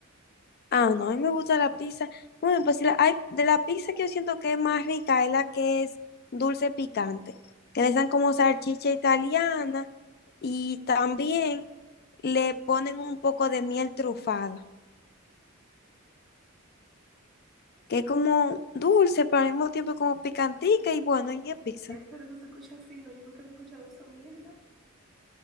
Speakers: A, on the left (about 50°); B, in the centre.
A: Ah, no, a mí me gusta la pizza. Bueno, pues si la- hay, de la pizza que yo siento que es más rica es la que es dulce picante, que le dan como salchicha italiana y también le ponen un poco de miel trufada, que es como dulce, pero al mismo tiempo como picantica y bueno, y es pizza.
B: Eh, Pero eso se escucha fino, yo nunca había escuchado eso, mierda.